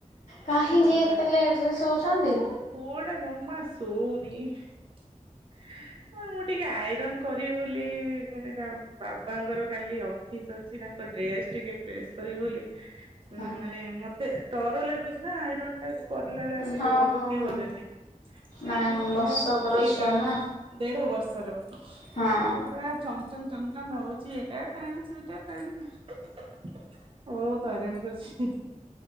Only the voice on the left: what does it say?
କାହିଁକି
ଏତେ
ଲେଟ ରେ ଶୋଉଛନ୍ତି?
ହଁ
ହଁ
ହଁ
ହଁ
ନାଇଁ
ବର୍ଷକର
ଛୁଆ ନା
ହଁ